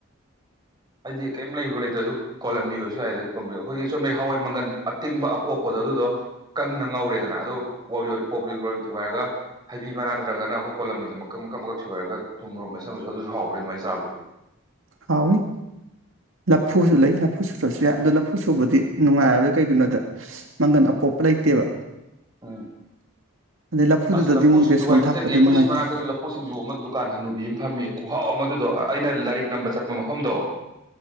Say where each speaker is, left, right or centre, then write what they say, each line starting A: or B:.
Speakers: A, on the right; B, on the right.
A: ꯑꯩꯗꯤ ꯀꯩꯝ ꯂꯩꯕ ꯂꯩꯇ꯭ꯔꯁꯨ ꯀꯣꯂꯝꯅꯤ ꯑꯣꯏꯁꯨ ꯌꯥꯏ ꯑꯗꯩ ꯀꯣꯝꯄ꯭ꯔꯦꯛ ꯑꯩꯈꯣꯏꯒꯤ ꯆꯨꯝꯅꯩ ꯍꯋꯥꯏ ꯃꯪꯒꯟ ꯑꯇꯤꯡꯕ ꯑꯄꯣꯞꯄꯗꯣ ꯑꯗꯨꯗꯣ ꯀꯪꯅ ꯉꯧꯔꯦꯗꯅ ꯑꯗꯨꯒ ꯋꯥꯔꯤ ꯋꯥꯎꯔꯤ ꯄꯣꯞꯂꯤ <unintelligible> ꯊꯨꯒꯥꯏꯔꯒ ꯍꯩꯕꯤ ꯃꯅꯥ ꯅꯠꯇ꯭ꯔꯒꯅ ꯑꯩꯈꯣꯏ ꯀꯣꯂꯝꯅꯤꯗꯨ ꯃꯀꯛ ꯃꯀꯛ ꯃꯀꯛ ꯁꯣꯏꯔꯒ ꯊꯨꯝ ꯃꯣꯔꯣ ꯃꯦꯠꯁꯤꯟꯕꯁꯨ ꯑꯗꯨꯁꯨ ꯍꯥꯎꯕꯅꯦ ꯑꯗꯨꯃꯥꯏꯅ ꯆꯕꯗꯨ
B: ꯍꯥꯎꯏꯋꯤ ꯂꯐꯨꯁꯨ ꯂꯩ ꯂꯐꯨ ꯁꯨꯨꯗ꯭ꯔꯁꯨ ꯌꯥꯏ ꯑꯗꯨꯗ ꯂꯐꯨ ꯁꯨꯕꯗꯤ ꯅꯨꯡꯉꯥꯏꯔꯔꯣꯏ ꯀꯩꯒꯤꯅꯣꯗ ꯃꯪꯒꯟ ꯑꯄꯣꯞꯄ ꯂꯩꯇꯦꯕ꯫
A: ꯎꯝ
B: ꯑꯗꯩ ꯂꯐꯨꯗꯨꯗꯗꯤ
A: ꯑꯁ ꯂꯐꯨ
B: ꯑꯃꯨꯛ
A: ꯁꯤꯡꯖꯨ
B: ꯕꯦꯁꯣꯟ
A: ꯍꯥꯏꯔ ꯅꯤꯡꯁꯤꯡꯉꯦ
B: ꯊꯥꯛꯄꯗꯤ
A: ꯑꯩꯈꯣꯏꯒꯤ
B: ꯅꯨꯡꯉꯥꯏꯇꯦ
A: ꯃꯅꯥꯛꯇꯁꯨ ꯄꯣꯠꯁꯤꯡꯁꯨ ꯑꯃ ꯗꯨꯀꯥꯟ ꯍꯟꯅꯨꯕꯤ ꯑꯃ ꯐꯝꯃꯤ ꯈꯨꯍꯥꯎ ꯃꯗꯨꯗꯣ ꯑꯩꯅ ꯂꯥꯏꯔꯤꯛ ꯅꯝꯕ ꯆꯠꯄ ꯃꯐꯝꯗꯣ